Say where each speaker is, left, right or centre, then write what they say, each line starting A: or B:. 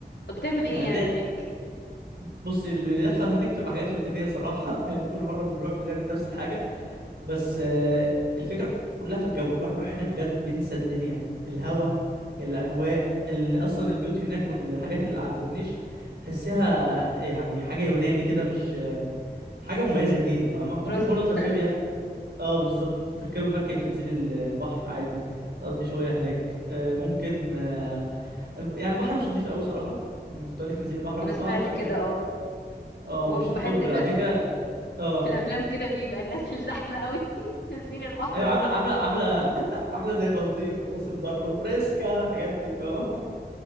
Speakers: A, on the left; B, on the right.
A: طب بتعمل ايه
B: يعني
A: يعني
B: دي
A: هناك
B: بص اللي يحصل هناك بتبقى حاجات روتينية صراحة <laughs> يعني كل مرة بنروح بنعمل نفس الحاجة بس آه، الفكرة كلها في الجو الواحد بيروح هناك بجد بينسى الدنيا الهوا الأجواء ال- أصلا البيوت هناك والحاجات اللي على الكورنيش تحسيها يعني حاجة يوناني كده مش حاجة مميزة جديدة فاهمة ممكن
A: طراز
B: برضه
A: مختلف
B: تركبي يخت اه بالظبط تركبي مركب تنزلي ال- البحر عادي تقضي شوية هناك آه، ممكن آه، الب- يعني البحر مش نظيف قوي صراحة مم، كنت أقول لك تنزلي بحر
A: انا
B: بس
A: سمعت
B: البحر مش
A: كده
B: نظيف قوي
A: اه
B: اه
A: وبحس
B: مش التوب
A: الناس
B: لا كده كده اه
A: في الافلام كده بيبقى الناس الزحمه قوي <laughs> نازلين البحر
B: ايوه
A: بال...
B: عامله عامله عامله <laughs> عامله زي بلطيم وراس البر وفريسكا الحاجات دي فاهم؟